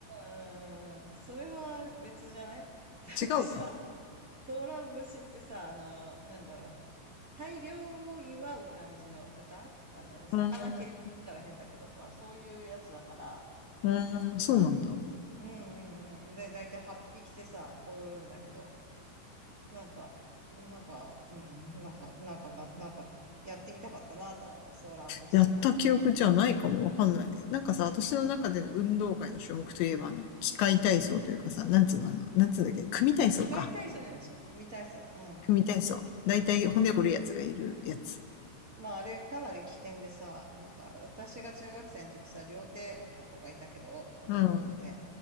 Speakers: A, on the right; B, on the left.
A: ん、うん、それは別じゃない <laughs> だってさ、
B: 違うか。
A: ソーラン節ってさ、あの、なんだろう、大漁を祝う感じの歌なんだよね。魚系って言ったら変だけど、
B: うーん、
A: まあそういうやつだから、
B: うーん、そうなんだ。
A: うんうんうん。で、だいたい8匹てさ、踊るんだけど、なんか、なんか、うん、なんか、なんか、な、なんか、やってみたかったなとは思う、ソーラン節とか。
B: やった記憶じゃないかもわかんない。なんかさ、私の中での運動会の種目といえば、あの、機械体操というかさ、
A: うん。
B: なんつうの、あの、なんつうんだっけ、組体操か。
A: 機械体操じゃないですよ。組体操。うん。
B: 組体操。だいたい骨折るやつがいるやつ。
A: うん。まあ、あれかなり危険でさ、なんか、私が中学生の時さ、両手折った子がいたけど、男の子で。
B: うん。